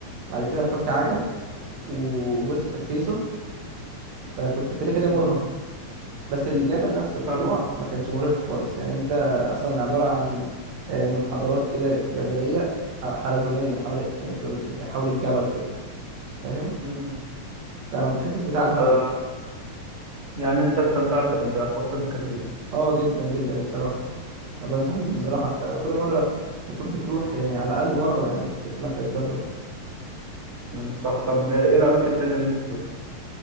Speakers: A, on the right (about 65°); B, on the right (about 30°).
A: بعد كده ركبت عجل وبص كانت هيصه فكنت كده كده مرهق
B: امم
A: بس الجبل نفسه الطلوع
B: فاهم
A: ما كانش مرهق خالص يعني انت اصلا عباره عن آه، منحدرات كده جبليه ح- حلزونيه حوالي يعني بب- يعني حول الجبل كده فاهم
B: امم
A: فما بتحسش بتعب
B: طب
A: قوي
B: آه، يعني انت استمتعت بحوار سانت كاترين
A: اه جدا جدا الصراحه بنصحك بيه
B: امم
A: الصراحه انت كل مره المفروض بتروح يعني على الاقل مره يعني تطلع كده تجرب
B: أمم، صح طب ايه الاماكن التانية اللي انت حضرتها